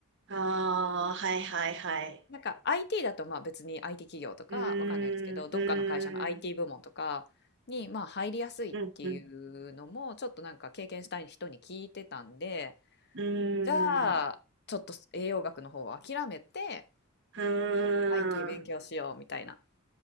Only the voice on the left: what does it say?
なんか IT だとまあ別に IT 企業とかわかんないですけど、
どっかの会社の IT 部門とかにまあ入りやすいっていうのもちょっとなんか経験したい人に聞いてたんで、
じゃあちょっと栄養学の方を諦めて
IT 勉強しようみたいな、